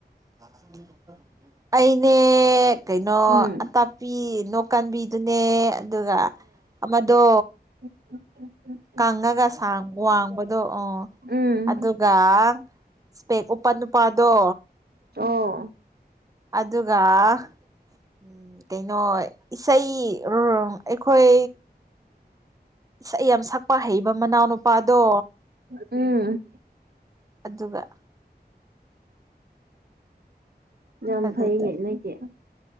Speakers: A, on the right (about 20°); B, on the right (about 65°).
A: ꯂꯥꯛ <unintelligible> ꯑꯩꯅꯦ ꯀꯩꯅꯣ
B: ꯎꯝ
A: ꯑꯇꯞꯄꯤ ꯅꯣꯡꯀꯥꯟꯕꯤꯗꯨꯅꯦ ꯑꯗꯨꯒ ꯑꯃꯗꯣ
B: ꯎꯝ ꯎꯝ ꯎꯝ <inaudible>
A: ꯀꯪꯉꯒꯥꯡ ꯋꯥꯡꯕꯗꯣ ꯑꯣ
B: ꯎꯝ
A: ꯑꯗꯨ ꯉ ꯏꯁꯄꯦꯛ ꯎꯄꯟ ꯅꯨꯄꯥꯗꯣ
B: ꯑꯣ
A: ꯑꯗꯨꯒꯒ ꯎꯝ ꯀꯩꯅꯣ ꯏꯁꯩ ꯑꯩꯈꯣꯏ ꯏꯁꯩ ꯌꯥꯝ ꯁꯛꯄ ꯍꯩꯕ ꯃꯅꯥꯎ ꯅꯨꯄꯥꯗꯣ
B: ꯎꯝ
A: ꯑꯗꯨꯒ
B: ꯌꯥꯝ
A: ꯑꯗꯨꯗ
B: ꯐꯩꯅꯦ ꯅꯣꯏꯇꯦ